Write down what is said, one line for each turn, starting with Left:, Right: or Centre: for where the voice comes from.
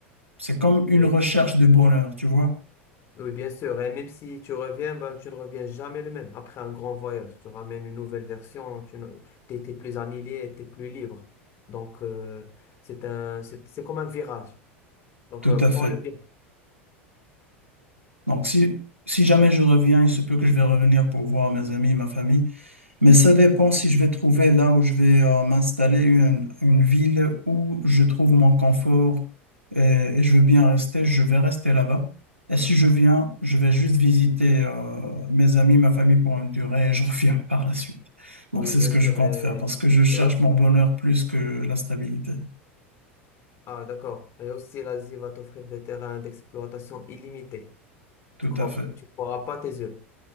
Right: c'est comme une
Left: Oui.
Right: recherche de bonheur, tu vois?
Left: Oui, bien sûr. Et même si tu reviens, ben, tu ne reviens jamais le même. Après un grand voyage, tu ramènes une nouvelle version, tu es, plus annihilé, tu es plus libre. Donc, euh, c'est un, c'est, c'est comme un virage. Donc,
Right: Tout
Left: euh, prends-le
Right: à fait.
Left: bien.
Right: Donc, si, si jamais je reviens, il se peut que je vais revenir pour voir mes amis et ma famille. Mais ça dépend si je vais trouver là où je vais euh, m'installer une, une ville où je trouve mon confort et, et je veux bien rester, je vais rester là-bas. Et si je viens, je vais juste visiter euh, mes amis, ma famille pour une durée et je reviens par la suite.
Left: Oui,
Right: Donc c'est
Left: bien
Right: ce que
Left: sûr.
Right: je compte
Left: Et,
Right: faire parce que je cherche
Left: et aussi,
Right: mon bonheur plus que la stabilité.
Left: ah, d'accord. Et aussi, l'Asie va t'offrir des terrains d'exploitation illimités.
Right: Tout
Left: Tu crois,
Right: à fait.
Left: tu croiras pas tes yeux.